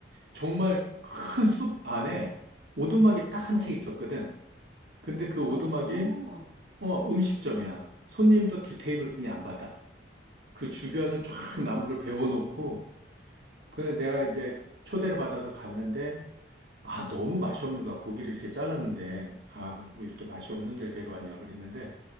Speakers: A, on the right; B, on the right.
A: 정말 큰 숲 안에 오두막이 딱 한
B: 어,
A: 채 있었거든. 근데 그 오두막이,
B: 어,
A: 어, 음식점이야. 손님도 두 테이블뿐이 안 받아. 그 주변은 쫙
B: 아,
A: 나무를 베워놓고, 그 내가
B: 어,
A: 이제 초대를 받아서 갔는데, 아, 너무 맛이 없는 거야. 고기를 이렇게 잘랐는데, 아, 뭐 이렇게 맛이 없는 데를 데려왔냐 그랬는데,